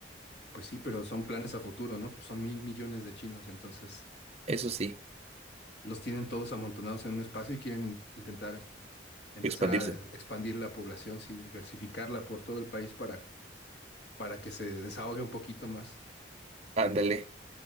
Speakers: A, on the left; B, on the right.
A: Pues sí, pero son planes a futuro, ¿no? Pues son mil millones de chinos, entonces
B: Eso sí,
A: los tienen todos amontonados en un espacio y quieren in- intentar empezar
B: expandirse.
A: a expandir la población, sí, diversificarla por todo el país para, para que se desahogue un poquito más
B: Ándale.